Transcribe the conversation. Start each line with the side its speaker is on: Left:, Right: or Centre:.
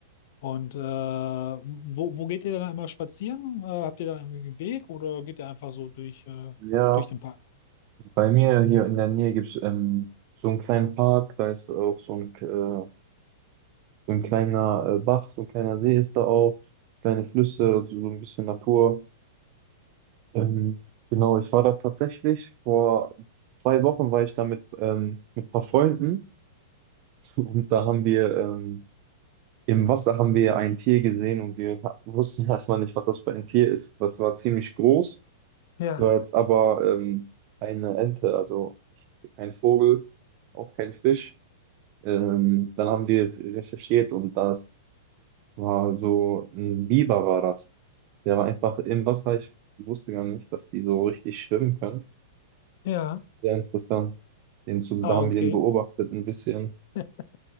Left: Und äh, wo, wo geht ihr dann immer spazieren? Äh, habt ihr da irgendwie einen Weg oder geht ihr einfach so durch, äh,
Right: Ja,
Left: durch den Park?
Right: bei mir hier in der Nähe gibt's ähm, so einen kleinen Park, da ist auch so ein, äh, so ein kleiner äh, Bach, so ein kleiner See ist da auch, kleine Flüsse, also so ein bisschen Natur. Ähm, genau, ich war da tatsächlich vor zwei Wochen war ich da mit, ähm, mit ein paar Freunden <laughs> und da haben wir ähm, im Wasser haben wir ein Tier gesehen und wir ha- wussten erstmal nicht, was das für ein Tier ist. Das war ziemlich groß,
Left: Ja,
Right: war jetzt aber ähm, eine Ente, also ich- kein Vogel, auch kein Fisch. Ähm, dann haben wir recherchiert und das war so ein Biber war das. Der war einfach im Wasser. Ich wusste gar nicht, dass die so richtig schwimmen können.
Left: ja.
Right: Sehr interessant. Den Zug,
Left: Ah,
Right: da haben
Left: okay.
Right: wir den beobachtet ein bisschen.
Left: <laughs>